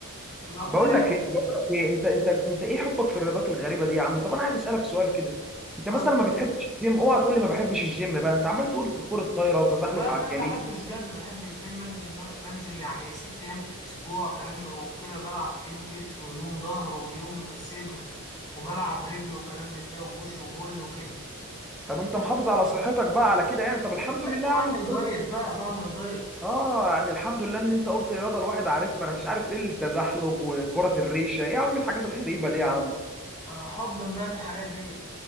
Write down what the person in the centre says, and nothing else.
بقول لك ايه بقول لك ايه انت انت انت ايه حبك في الرياضات الغريبه دي يا عم طب انا عايز اسالك سؤال كده انت
مثلا ما بتحبش الجيم اوعى تقول لي ما بحبش الجيم بقى انت عمال تقول كرة الطايره وتزحلق
على
الجليد
طب انت محافظ على صحتك بقى على كده يعني طب الحمد لله
يا
عم انت قلت
اه يعني الحمد لله ان انت قلت رياضه الواحد عارفها انا مش عارف ايه التزحلق وكره الريشه ايه يا عم الحاجات الغريبه دي يا عم